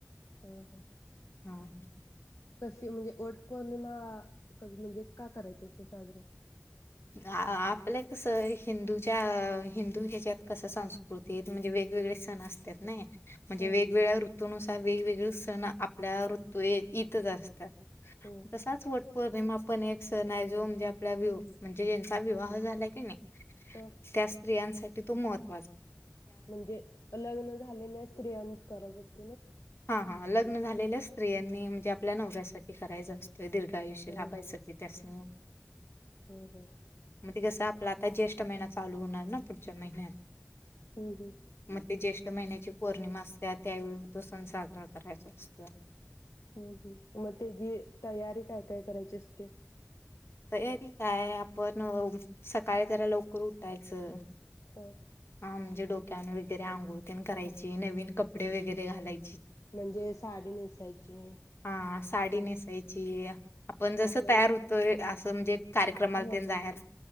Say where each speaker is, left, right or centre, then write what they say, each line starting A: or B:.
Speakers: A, on the left (about 75°); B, on the left (about 50°).
A: ह
B: हा
A: कशी म्हणजे वट पौर्णिमा म्हणजे का करायची असते साजरी
B: आ आपल्या कस हिंदूच्या हिंदू ह्याच्यात कस संस्कृतीत म्हणजे वेगवेगळे सण असत्यात नाय म्हणजे
A: ह
B: वेगवेगळ्या ऋतू नुस वेगवेगळ सण आपल्या ऋतू येत ईतच असतात.
A: हो.
B: तसाच वट पौर्णिमा पण एक सण आहे जो म्हणजे आपल्या व्ह्यू जे ज्यांचा विवाह झाला की नाही
A: ह
B: त्या स्त्रियांसा ते तू मत
A: म्हणजे अलग्न झालेलेच स्त्रियांनीच करायचं असं
B: हा हा लग्न झालेलंस स्त्रियांनी म्हणजे आपल्या नवऱ्यासाठी करायचा अस ते दीर्घ आयुष्य
A: हम्
B: लाभायसाठी
A: हम
B: त्यास्नी
A: हम् हम
B: मग तिक साप ला ताई ज्येष्ठ महिना चालू होणार ना पुढच्या महिन्यात.
A: हम् हम.
B: म ते ज्येष् महिन्याची पौर्णिमा असत्या त्यावेळी तोस <unintelligible> साजरा करायचा अस
A: हम्म ह्म्म मग ती जी तयारी काय काय करायची असते.
B: तयारी काय आपण सकाळी जरा लवकर उठायचं
A: ह
B: हा म्हणजे डोक् त्या नवीतरी अंघोळकन करायची नवीन कपडे वगैरे घालाय
A: म्हणजे साडी नेसायचे
B: हा साडी नेसायची हे पण जसं
A: आपल्याला
B: तयार होतोय अस समजेत कार्यक्रमाला
A: ह
B: तेने जायाच
A: ह